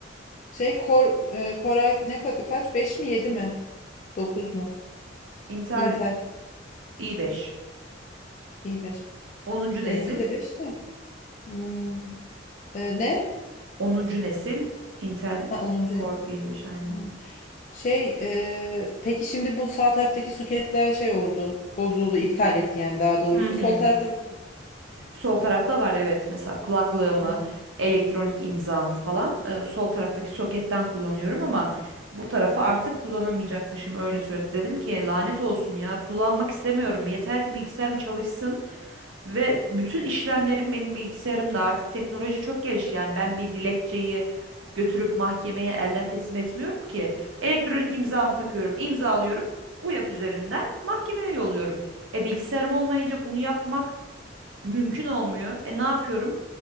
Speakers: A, on the left; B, on the right.
A: Şey Kor, e, Koray ne kadı kaç? beş mi 7 mi? dokuz mu?
B: Intel
A: Intel
B: i5.
A: i5.
B: onuncu
A: Benimki
B: nesil.
A: de 5 de. Hmm, e, ne?
B: onuncu nesil Intel
A: Ha 10. nesil.
B: Core i5 aynen.
A: Hmm. Şey, e, peki şimdi bu sağ taraftaki suketler şey oldu, bozuldu, iptal etti yani daha doğrusu.
B: Hı hı.
A: Sol tarafta var.
B: Sol tarafta var evet mesela kulaklığımı,
A: E,
B: elektronik imzamı falan e, sol taraftaki soketten kullanıyorum ama bu tarafı artık kullanamayacakmışım öyle söyledi. Dedim ki lanet olsun ya kullanmak istemiyorum yeter ki bilgisayarım çalışsın ve bütün işlemlerim benim bilgisayarımda artık teknoloji çok gelişti yani ben bir dilekçeyi götürüp mahkemeye elden teslim etmiyorum ki elektronik imzamı takıyorum imzalıyorum UYAP üzerinden mahkemeye yolluyorum. E bilgisayarım olmayınca bunu yapmak mümkün olmuyor. E ne yapıyorum?